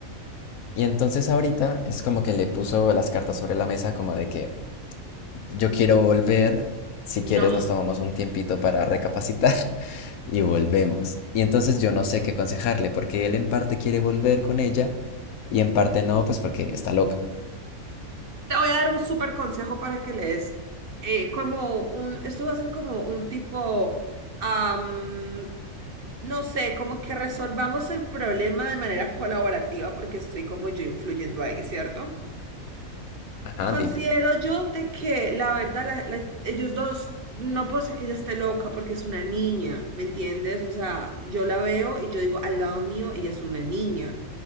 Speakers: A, on the left; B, on the right.
A: Y entonces ahorita es como que le puso las cartas sobre la mesa como de que yo quiero volver, si
B: No.
A: quieres nos tomamos un tiempito para recapacitar <laughs> y volvemos. Y entonces yo no sé qué aconsejarle porque él en parte quiere volver con ella y en parte no, pues porque está loca.
B: Te voy a dar un súper consejo para que lees. eh, como un, esto va a ser como un tipo, am, no sé, como que resolvamos el problema de manera colaborativa porque estoy como yo influyendo ahí, ¿cierto?
A: Ajá,
B: Considero
A: dime.
B: yo de que la verdad, la- la- ellos dos, no puedo decir que ella esté loca porque es una niña, ¿me entiendes? O sea, yo la veo y yo digo, al lado mío, ella es una niña.